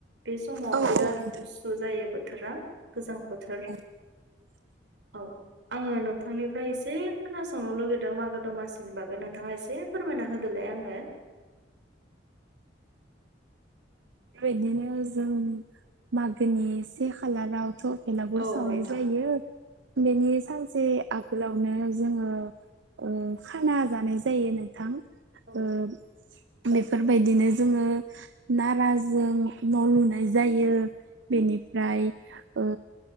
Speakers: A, on the right; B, on the right.
A: बे समाव।
B: औ
A: बिराद
B: औ नोंथां
A: गुसु जायो बोथोरा गोजां बोथोर।
B: <inaudible>
A: औ। आङो नोंथांनिफ्राय एसे खोनासंनो लुगैदों मागो दमासिनि बागै नोंथाङा एसे फोरमायना होदोलाय आंनो।
B: <unintelligible> जों मागोनि से खालारावथ' भेलागुर
A: औ
B: सावनाय
A: नोंथां।
B: जायो बेनि सानसे आगोलावनो जोङो ओ खाना जानाय जायो नोंथां।
A: औ
B: ओ बेफोरबायदिनो जोङो नारा जो जों न' लुनाय जायो बेनिफ्राय ओ